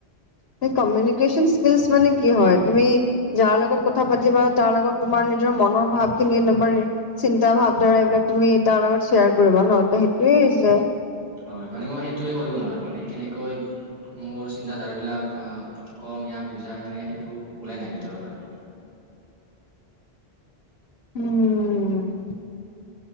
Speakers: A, on the left; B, on the right.
A: সেই কমিনি স্কেলচ মানে কি হয়, তুমি যাৰ লগত কথা পাতিবা তাৰ লগত তোমাৰ। নিজৰ মনৰ ভাৱ খিনি একদমাৰ চিন্তা ভাৱ ধাৰা এইবিলাক তুমি তাৰ লগত শ্বেয়াৰ কৰিবা ন ত সেইটোৱে। এইযে।
B: হয় মানে মই সেইটোৱে কৰিব নোৱাৰোঁ মানে কেনেকৈ মোৰ চিন্তাধাৰাবিলাক। বা কম সিয়াক বুজাই মানে সেইটো ওলাই নাহে ভিতৰৰ পৰা।
A: উম।